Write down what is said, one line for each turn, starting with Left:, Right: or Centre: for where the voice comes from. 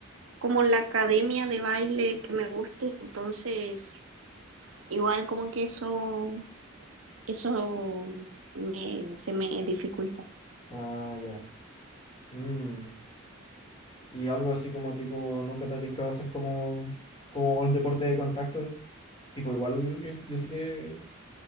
Right: como la academia de baile que me guste. Entonces, igual como que eso, eso me- se me dificulta.
Left: Ah, ya. Mm, ¿Y algo así como tipo, nunca te ha tincado hacer como, como un deporte de contacto? Tipo, igual yo, yo sé que,